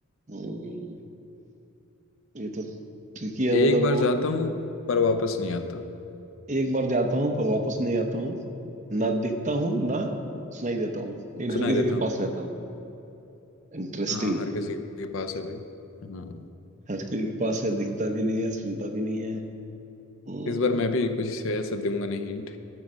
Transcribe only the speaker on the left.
एक
बार
जाता हूँ पर वापस नहीं आता
सुनाई
देता
हूँ
हाँ हर किसी के पास है भाई हाँ
इस बार मैं भी कुछ ऐसा दूंगा नहीं हिंट